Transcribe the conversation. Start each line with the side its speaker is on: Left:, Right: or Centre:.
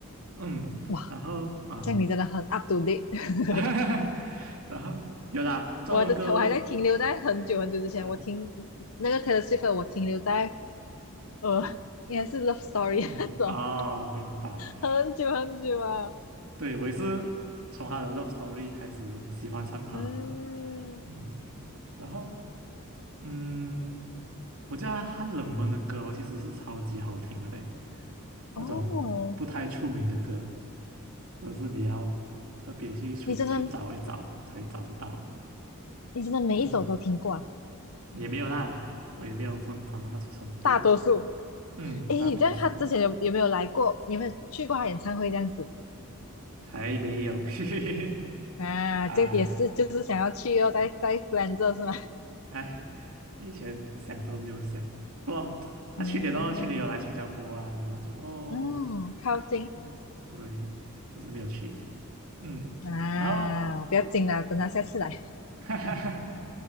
Right: 嗯，
Left: 哇，
Right: 然后啊，
Left: 这样你真的很 up to date，<laughs>
Right: <laughs> 然后有啦，中文歌啊
Left: 我的我还在停留在很久很久之前，
Right: 啊，
Left: 我听那个 Taylor Swift，的我停留在呃，应该是 Love Story
Right: 嗯哦，
Left: 那种，
Right: 明白，
Left: 很久很久啊，
Right: 对我也是从他的 Love Story 开始喜欢上他的，
Left: 嗯，
Right: 嗯，然后。嗯，我觉得他冷门的歌哦其实是超级好听的嘞，那种不太出名的歌，
Left: 哦，
Right: 都是你要特别去去去找一找才找得到。
Left: 你真的你真的每一首都听过啊，
Right: 嗯，也没有啦，我也没有疯狂到那种程度。
Left: 大多数，
Right: 嗯，
Left: 诶，
Right: 大多数
Left: 你这样他之前有有没有来过，有没有去过他演唱会这样子？
Right: 还没有，<laughs> 嘿嘿嘿。
Left: 啊，
Right: 啊，
Left: 这也是就是想要去哦，在在 f l a 是吗？
Right: 哎，以前想都没有想过。他、
Left: 嗯
Right: 啊去年哦，去年有来新加坡啊，然后就哦，
Left: 嗯，靠近
Right: 嗯，对，只是没有去。嗯，
Left: 啊，
Right: 然后
Left: 不要紧啦，等他下次来。
Right: <laughs> 哈哈哈，